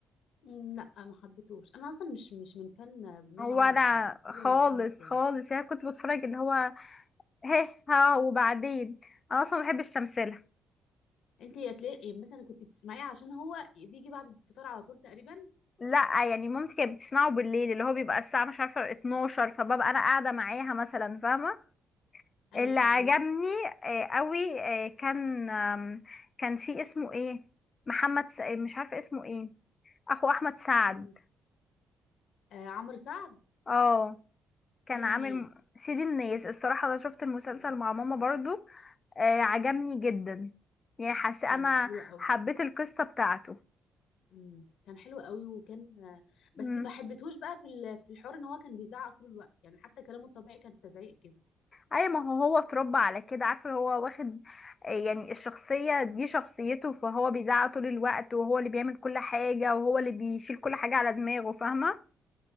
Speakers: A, on the left (about 75°); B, on the left (about 35°).
A: مم، لا ما حبيتهوش انا اصلا مش مش من فن مي
B: ولا
A: عمر بصراحه هو
B: خالص
A: ولا محمد سامي
B: خالص يعني كنت بتفرج اللي هو هه ها وبعدين انا اصلا ما بحبش تمثيلها
A: انت هتلاقي يعني مثلا كنت بتسمعيه عشان هو بيجي بعد الفطار على طول تقريبا
B: لا يعني مامتي كانت بتسمعه بالليل اللي هو بيبقى الساعة مش عارفة 12 فببقى أنا قاعدة معاها مثلا فاهمة
A: ايوه
B: اللي
A: فهماك
B: عجبني آه، قوي آه، كان آم، كان في اسمه ايه محمد س... آه، مش عارفة اسمه ايه أخو أحمد سعد
A: قولي. آه عمرو سعد
B: اه كان
A: سيد الناس
B: عامل م- سيد الناس الصراحة أنا شفت المسلسل
A: مم.
B: مع ماما برضو آه، عجبني جدا يعني حاسة
A: ايوه
B: أنا
A: حلو قوي
B: حبيت القصة بتاعته
A: مم. كان حلو قوي وكان آه، بس
B: هو
A: ما حبيتهوش بقى في ال- في الحوار ان هو كان بيزعق طول الوقت يعني حتى كلامه الطبيعي كان تزعيق كده
B: اي ما هو هو اتربى على كده عارفه هو واخد آه، يعني الشخصيه دي شخصيته فهو بيزعق طول الوقت وهو اللي بيعمل كل حاجه وهو اللي بيشيل كل حاجه على دماغه فاهمه